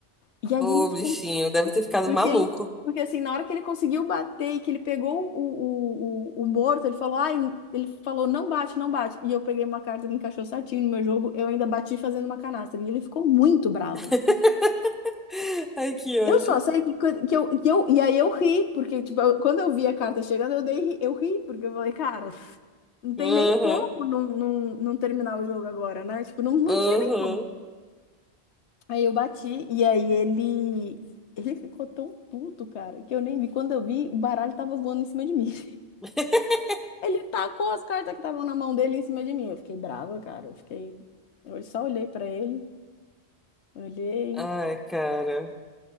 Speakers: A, on the left; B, in the centre.
A: E aí
B: Ô,
A: ele ficou
B: bichinho, deve ter ficado
A: Porque
B: maluco.
A: ele, porque assim, na hora que ele conseguiu bater e que ele pegou o, o, o, o morto, ele falou, ai, ele falou, não bate, não bate. E eu peguei uma carta que encaixou certinho no meu jogo, eu ainda bati fazendo uma canastra. E ele ficou muito bravo.
B: <laughs> Ai, que ódio.
A: Eu só sei que, quando- que, eu, que eu. E aí eu ri, porque, tipo, eu- quando eu vi a carta chegando, eu dei, ri- eu ri, porque eu falei, cara, não tem
B: Aham,
A: nem como não, não, não terminar o jogo agora, né? Tipo, não, não
B: aham.
A: tinha nem como. Aí eu bati e aí ele ele ficou tão puto, cara, que eu nem vi. Quando eu vi, o baralho tava voando em cima de mim. <laughs>
B: <laughs>
A: Ele tacou as cartas que estavam na mão dele em cima de mim. Eu fiquei brava, cara. Eu fiquei eu só olhei pra ele, olhei,
B: Ai, cara.